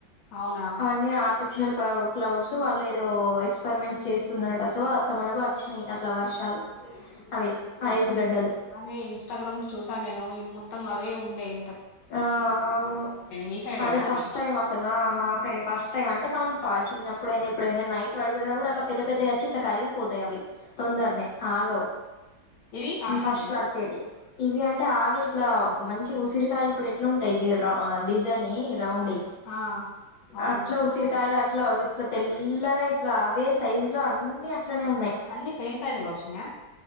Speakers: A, on the left; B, on the left.
A: అవునా
B: అవన్నీ ఆర్టిఫిషియల్ క్లౌడ్స్ వాళ్ళు ఏదో ఎక్స్పెరిమెంట్స్ చేస్తున్నారట సో అట్లా మనకు వచ్చినాయి అట్లా వర్షాలు అవి ఐస్ గడ్డలు
A: అదే ఇన్స్టాగ్రామ్ చూసాను నేను మొత్తం అవే ఉండేవి
B: ఆ అవును
A: మీ సైడేనా
B: అదే
A: అది
B: ఫస్ట్ టైమ్ అసలు మా సైడి ఫస్ట్ టై అంటే మనం చిన్నప్పుడయినా ఎప్పుడైనా నైట్ పడుకు కూడా అట్లా పెద్ద పెద్దగా వచ్చి ఇట్లా కరిగిపోతాయి అవి తొందరనే ఆగవు
A: ఇవి ఆగి
B: ఫస్ట్
A: ఉండేనా
B: వచ్చేటి ఇవి అంటే ఆగ ఇట్లా మంచి ఉసిరికాయలు ఎట్లా టైట్ డిజైన్ రౌండ్
A: ఆ
B: ఇ
A: ఆ, అవును
B: అట్లా ఉసిరికాయ ఇట్లా ఇట్లా తెల్లగా ఇట్లా అవే సైజు లో అన్ని అట్లానే ఉన్నాయి
A: అన్ని సేమ్ సైజు లో వచ్చినాయా